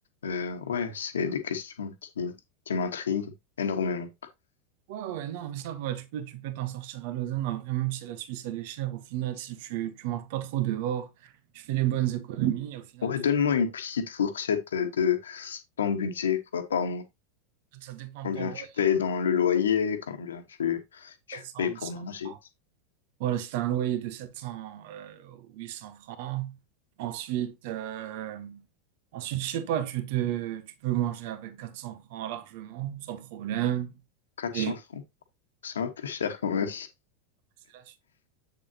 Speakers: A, on the left; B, on the right.
A: Euh, ouais, c'est des questions qui, qui m'intriguent énormément.
B: Ouais, ouais, non, mais ça va, tu peux, tu peux t'en sortir à Lausanne. En vrai, même si la Suisse, elle est chère, au final, si tu, tu manges pas trop dehors, tu fais les bonnes économies, au final,
A: Ouais,
B: tu
A: donne-moi
B: t'en...
A: une petite fourchette euh, de ton budget, quoi, par mois.
B: ça dépend
A: Combien
B: de ton loyer,
A: tu payes dans le loyer? Combien tu, tu
B: 700,
A: payes pour
B: 800
A: manger?
B: francs. Voilà, si tu as un loyer de 700, euh, 800 francs, ensuite, euh, ensuite, je sais pas, tu te, tu peux manger avec 400 francs largement, sans problème.
A: Quatre
B: Et
A: cents francs? C'est un peu cher quand même.
B: c'est là